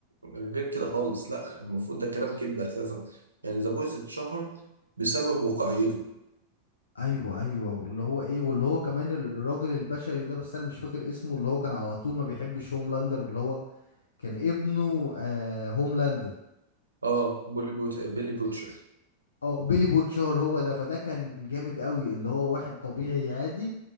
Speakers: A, on the right (about 80°); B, on the left (about 70°).
A: غير كده خالص لا المفروض ده كلام كذب اساسا يعني ذا بويس اتشهر بسبب واقعيته
B: ايوه ايوه واللي هو ايه واللي هو كمان الراجل البشري ده بس انا مش فاكر اسمه اللي هو كان على طول ما بيحبش هوملاندر اللي هو كان ابنه آه هوملاندر
A: اه بولي بوت بيلي بوتشر
B: او بيلي بوتشار هو ده فده كان جامد قوي اللي هو واحد طبيعي عادي